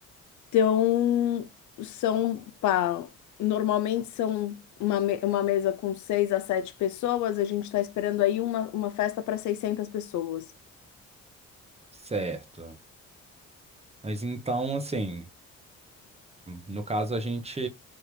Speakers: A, on the left; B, on the right.
A: Então, são, pá, normalmente são uma, me- uma mesa com seis a sete pessoas. A gente está esperando aí uma, uma festa para 600 pessoas.
B: certo. Mas então, assim, no caso a gente